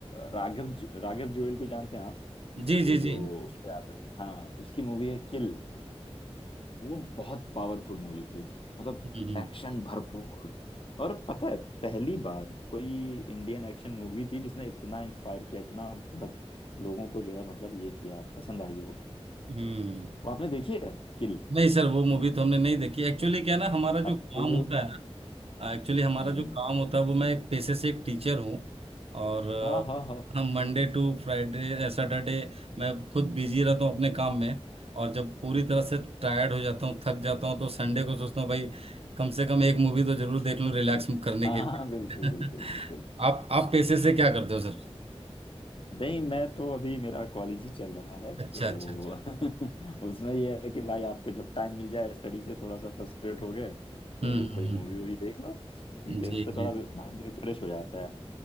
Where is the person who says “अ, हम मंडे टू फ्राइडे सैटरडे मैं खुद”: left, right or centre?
Right